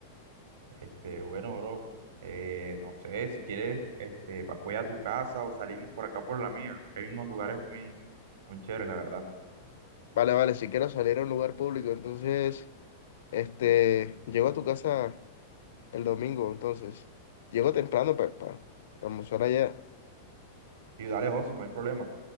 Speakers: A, on the right (about 70°); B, on the left (about 70°).
A: Este, bueno, bro, eh, no sé, si quieres, este, va- voy a tu casa o salimos por acá por la mía. Hay unos lugares muy, muy chéveres, la verdad.
B: Vale, vale, si quiero salir a un lugar público, entonces, este, llego a tu casa el domingo, entonces. Llego temprano para almorzar allá.
A: Y dale, José, no hay problema.